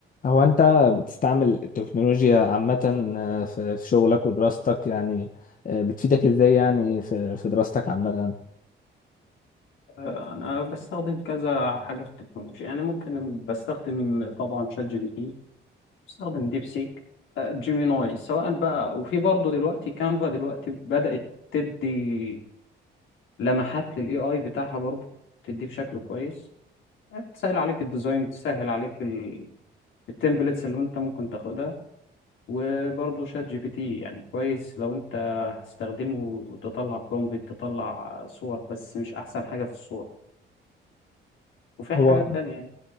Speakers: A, on the left (about 45°); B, on the left (about 75°).
A: هو انت بتستعمل التكنولوجيا عامة آه، في في شغلك ودراستك يعني آه، بتفيدك ازاي يعني في في دراستك عامة
B: انا بستخدم كذا حاجه في التكنولوجيا يعني ممكن بستخدم طبعا شات جي بي تي بستخدم ديب سيك آه، جيميناي سواء بقى وفي برضه دلوقتي كانفا دلوقتي بدات تدي لمحات للاي اي بتاعها برضه تديه بشكل كويس تسهل عليك الديزاين تسهل عليك ال- التمبلتس اللي انت ممكن تاخدها وبرضه شات جي بي تي يعني كويس لو انت هتستخدمه وتطلع برومبت تطلع صور بس مش احسن حاجه في الصور وفي
A: هو
B: حاجات تانية